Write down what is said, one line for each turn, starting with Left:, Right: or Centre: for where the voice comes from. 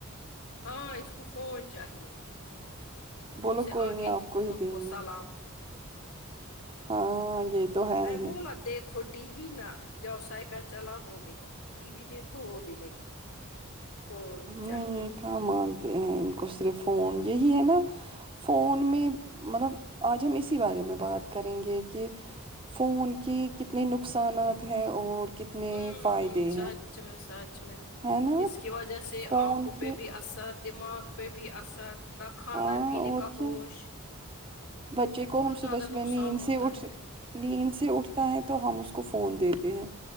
Left: ہاں اس کو فون چاہیے اسکول
Right: بولو
Left: سے
Right: کوئی
Left: آ
Right: نہیں
Left: کے
Right: آپ
Left: ہی فون
Right: دیں
Left: کو
Right: گے
Left: سلام
Right: ہاں یہ تو ہے
Left: میں
Right: ہی
Left: بولا دیکھو ٹیوی نہ جاؤ سائیکل چلاو وہ بھی نہیں ٹی وی دیکھو وہ بھی نہیں فون ہی چاہیے
Right: نہیں کہاں مانتے ہیں ان کو صرف فون یہی ہے نا فون میں مطلب آج ہم اسی بارے میں بات کریں گے کی فون کی کتنے نقصانات ہیں اور کتنے
Left: ہوں
Right: فائدے
Left: ہوں
Right: ہیں
Left: سچ میں سچ میں
Right: ہے نا
Left: اس کی وجہ سے
Right: فون
Left: آنکھوں پہ
Right: کے
Left: بھی اثر دماغ پہ بھی اثر نہ کھانا
Right: ہاں
Left: پیننے
Right: اور
Left: کا
Right: کیا
Left: ہوش
Right: بچے
Left: اس سے
Right: کو
Left: بہت
Right: ہم
Left: زیادہ
Right: صبح
Left: نقصان
Right: صبح نیند
Left: ہوتا
Right: سے اٹھ
Left: ہے
Right: نیند سے اٹھتا ہے تو ہم اس کو فون دیتے ہیں